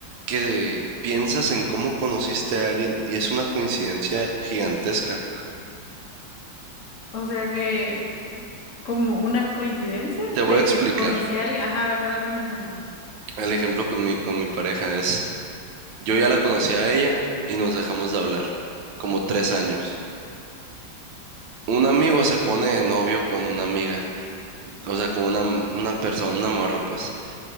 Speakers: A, on the right; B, on the left.
A: que piensas en cómo conociste a alguien y es una coincidencia gigantesca?
B: O sea que, eh, como una coincidencia
A: Te voy
B: de
A: a explicar.
B: que conocí a alguien. Ajá, a ver, dame un ejemplo.
A: El ejemplo con mi, con mi pareja es, yo ya la conocí a ella y nos dejamos de hablar, como tres años. Un amigo se pone de novio con una amiga, o sea, con una, una persona, una morra, pues.